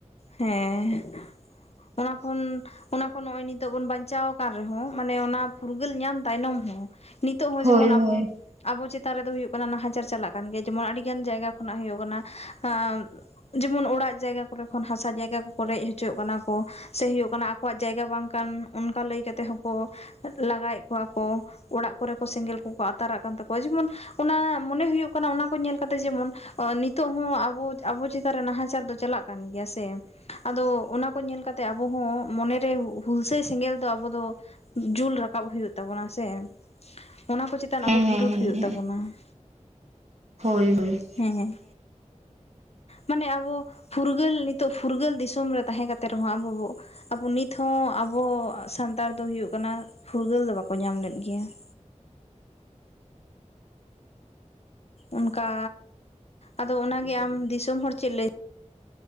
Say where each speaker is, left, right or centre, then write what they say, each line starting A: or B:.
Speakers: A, on the left (about 55°); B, on the right (about 60°).
A: ᱦᱮᱸ ᱚᱱᱟ ᱠᱷᱚᱱ ᱚᱱᱟ ᱠᱷᱚᱱ ᱱᱚᱜᱼᱚᱭ ᱱᱤᱛᱚᱜ ᱵᱚᱱ ᱵᱟᱧᱪᱟᱣ ᱟᱠᱟᱱ ᱨᱮᱦᱚᱸ ᱢᱟᱱᱮ ᱚᱱᱟ ᱯᱷᱩᱨᱜᱟᱹᱞ ᱧᱟᱢ ᱛᱟᱭᱱᱚᱢ ᱦᱚᱸ ᱱᱤᱛᱚᱜ ᱦᱚᱸ
B: ᱦᱳᱭ
A: ᱡᱮᱢᱚᱱ ᱟᱵᱚ
B: ᱦᱳᱭ
A: ᱟᱵᱚ ᱪᱮᱛᱟᱱ ᱨᱮᱫᱚ ᱦᱩᱭᱩᱜ ᱠᱟᱱᱟ ᱱᱟᱦᱟᱪᱟᱨ ᱪᱟᱞᱟᱜ ᱠᱟᱱ ᱜᱮᱭᱟ ᱡᱮᱢᱚᱱ ᱟᱹᱰᱤ ᱜᱟᱱ ᱡᱟᱭᱜᱟ ᱠᱷᱚᱱᱟᱜ ᱦᱩᱭᱩᱜ ᱠᱟᱱᱟ ᱟᱻ ᱡᱮᱢᱚᱱ ᱚᱲᱟᱜ ᱡᱟᱭᱜᱟ ᱠᱚᱨᱮ ᱠᱷᱚᱱ ᱦᱟᱥᱟ ᱡᱟᱭᱜᱟ ᱠᱚ ᱨᱮᱡ ᱦᱚᱪᱚᱜ ᱠᱟᱱᱟ ᱠᱚ ᱥᱮ ᱦᱳᱭᱳᱜ ᱠᱟᱱᱟ ᱟᱠᱚᱣᱟᱜ ᱡᱟᱭᱜᱟ ᱵᱟᱝ ᱠᱟᱱ ᱚᱱᱠᱟ ᱞᱟᱹᱭ ᱠᱟᱛᱮᱫ ᱦᱚᱸ ᱠᱚ ᱞᱟᱜᱟᱭᱮᱫ ᱠᱚᱣᱟ ᱠᱚ ᱚᱲᱟᱜ ᱠᱚᱨᱮ ᱠᱚ ᱥᱮᱸᱜᱮᱞ ᱠᱚᱼᱠᱚ ᱟᱛᱟᱨᱟᱜ ᱠᱟᱱ ᱛᱟᱠᱚᱣᱟ ᱡᱮᱢᱚᱱ ᱚᱱᱟ ᱢᱚᱱᱮ ᱦᱩᱭᱩᱜ ᱠᱟᱱᱟ ᱚᱱᱟ ᱠᱚ ᱧᱮᱞ ᱠᱟᱛᱮᱜ ᱡᱮᱢᱚᱱ ᱱᱤᱛᱚᱜ ᱦᱚᱸ ᱟᱵᱚ, ᱟᱵᱚ ᱪᱮᱛᱟᱱ ᱨᱮ ᱱᱟᱦᱟᱪᱟᱨ ᱫᱚ ᱪᱟᱞᱟᱜ ᱠᱟᱱ ᱜᱮᱭᱟ ᱥᱮ ᱟᱫᱚ ᱚᱱᱟ ᱠᱚ ᱧᱮᱞ ᱠᱟᱛᱮᱜ ᱟᱵᱚ ᱦᱚᱸ ᱢᱚᱱᱮ ᱨᱮ ᱦᱩᱞᱥᱟᱹᱭ ᱥᱮᱸᱜᱮᱞ ᱫᱚ ᱟᱵᱚ ᱫᱚ ᱡᱩᱞ ᱨᱟᱠᱟᱵ ᱦᱩᱭᱩᱜ ᱛᱟᱵᱚᱱᱟ ᱥᱮ ᱚᱱᱟ ᱠᱚ ᱪᱮᱛᱟᱱ
B: ᱦᱮᱸ
A: ᱟᱵᱚ
B: ᱦᱮᱸ
A: ᱵᱤᱨᱩᱫᱽ ᱦᱩᱭᱩᱜ
B: ᱦᱮᱸ
A: ᱛᱟᱵᱚᱱᱟ ᱾
B: ᱦᱳᱭ ᱦᱳᱭ
A: ᱦᱮᱸ ᱦᱮᱸ ᱢᱟᱱᱮ ᱟᱵᱚ ᱯᱷᱩᱨᱜᱟᱹᱞ ᱱᱤᱛᱟᱹᱜ ᱯᱷᱩᱨᱜᱟᱹᱞ ᱫᱤᱥᱚᱢ ᱨᱮ ᱛᱟᱦᱮᱸ ᱠᱟᱛᱮ ᱨᱮᱦᱚᱸ ᱟᱵᱚ ᱵᱚ ᱟᱵᱚ ᱱᱤᱛ ᱦᱚᱸ ᱟᱵᱚ ᱥᱟᱱᱛᱟᱲ ᱫᱚ ᱦᱳᱭᱳᱜ ᱠᱟᱱᱟ ᱯᱷᱩᱨᱜᱟᱹᱞ ᱫᱚ ᱵᱟᱠᱚ ᱧᱟᱢ ᱞᱮᱫ ᱜᱮᱭᱟ ᱾ ᱚᱱᱠᱟ ᱟᱫᱚ ᱚᱱᱟ ᱜᱮ ᱟᱢ ᱫᱤᱥᱚᱢ ᱦᱚᱲ ᱪᱮᱫ ᱞᱟᱹᱭ